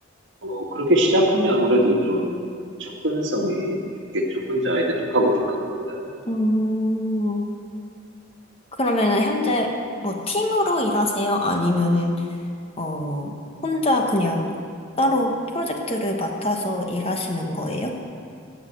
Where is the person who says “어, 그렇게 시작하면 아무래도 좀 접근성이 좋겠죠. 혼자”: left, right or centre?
Right